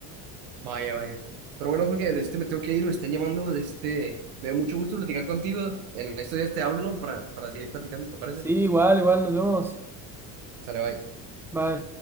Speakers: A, on the right; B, in the centre.
A: Vaya, vaya. Pero bueno, Jorge,
B: Sí,
A: de este me tengo que ir, me están llamando, de este. Me dio mucho gusto platicar contigo. En estos días te hablo, ¿no? Para, para seguir platicando, ¿te parece?
B: sí igual, igual, nos vemos.
A: Sale, bye.
B: Bye.